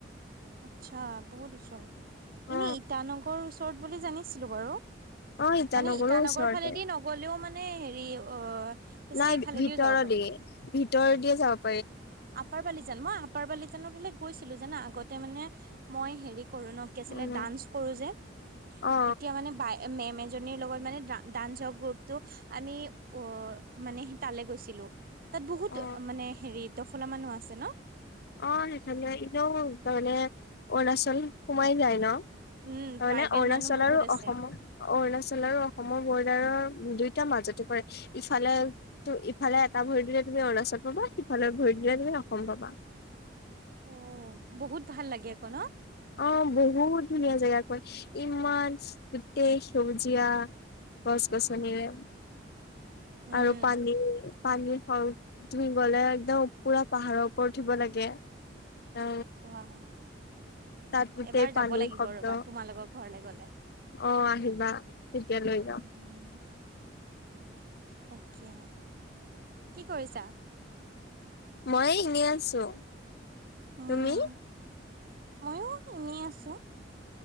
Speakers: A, on the right; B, on the left.
A: আচ্ছা বহুত ওচৰত,
B: অ
A: এনে ইটানগৰৰ ওচৰত বুলি জানিছিলো বাৰু।
B: অ ইটানগৰৰ
A: মানে ইটান
B: ওচৰতে
A: নগৰ ফালেদি নগলেও মানে? মানে হেৰি অ। কি আছিলে
B: নাই
A: ইফালেদিও
B: ভিতৰ
A: যাব পাৰে।
B: দিয়। উতৰ দিয় যাওক?
A: আপাৰ বালিজান মই আপাৰ বালিজানৰ বোলে? কৈছিলো জানো আগতে মানে মই হেৰি? কৰো ন কি আছিলে
B: উম
A: দাঞ্চ কৰো যে
B: অ
A: তেতিয়া মানে মেম। লগত মানে ডাঞ্চৰ গ্ৰুপটো আমি অ মানে স তালৈ গৈছিলো? তাত বহুত
B: অ
A: মানে হেৰি? দফলা মানুহ আছে ন।
B: অ সেইকাৰালে এনেও তাৰমানে অৰুণাচল সোমাই যায় ন।
A: উম
B: তানে
A: ট্ৰাইবেল
B: অৰুণাচল
A: মানুহ বহুত
B: আৰু
A: আছে।
B: অসমৰ অৰুণাচল আৰু অসমৰ বৰ্ডাৰৰ। নে উ দুইটা মাজতো কৰে ইফালে ইফালে এটা ভৰি দিলে তুমি অৰুণাচল পাবা সিফালে ভৰি দিলে তুমি অসম পাবা?
A: অ বহুত ভাল লাগে আকৌ ন।
B: অ বহুত ধুনীয়া জেগাখন ইমান গোটেই সেউজীয়া গছ গছনিৰে?
A: উম
B: আৰু পানীৰ পানীৰ স। তুমি গ'লে একদম পুৰা পাহাৰৰ ওপৰত উঠিব লাগে? এ
A: ৱ হয়
B: তাত গোটেই
A: এবাৰ যাব
B: পানীৰ
A: লাগিব
B: শব্দ
A: ৰবা তোমালোকৰ ঘৰলে গ। লে
B: অ আহিবা তেতিয়া লৈ যাও?
A: উম তাকে কি কৰিছা?
B: মই এনেই আছো?
A: অহ
B: তুমি
A: ময়ো এনেই আছো?